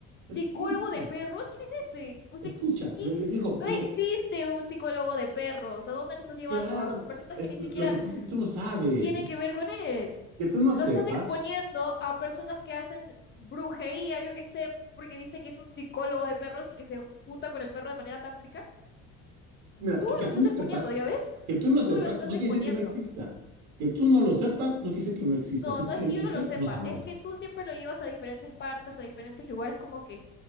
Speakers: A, on the left; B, on the right.
A: psicólogo
B: escucha,
A: de perros. ¿Quién es ese? O sea,
B: escucha.
A: ¿qué- qué?
B: Le, le dijo,
A: No
B: dijo,
A: existe un psicólogo de perros. ¿A dónde lo estás llevando?
B: claro,
A: A con personas
B: es,
A: que ni
B: lo
A: siquiera
B: lo que pasa es que tú no sabes.
A: tienen que ver con él.
B: Que tú no
A: Lo
B: sepas,
A: estás exponiendo a personas que hacen brujería, yo qué sé, porque dice que es un psicólogo de perros y que se junta con el perro de manera tántrica.
B: mira,
A: Tú
B: que, que
A: lo
B: tú
A: estás
B: no
A: exponiendo,
B: sepas,
A: ¿ya ves?
B: que tú no sepas,
A: Tú lo estás
B: no
A: exponiendo.
B: quiere decir que no exista. Que tú no lo sepas, no quiere decir que no exista,
A: No,
B: simplemente
A: no es que yo no lo sepa,
B: no sabes.
A: es que tú siempre lo llevas a diferentes partes, a diferentes lugares, como que